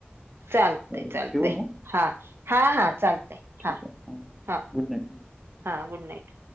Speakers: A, on the right (about 75°); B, in the centre.
A: चालते
B: चालेल
A: चालते.
B: ठेवू मग
A: हा हा हा चालतय
B: ठीक
A: हा
B: आहे हां
A: हा
B: गुड नाईट.
A: हा गुड नाईट.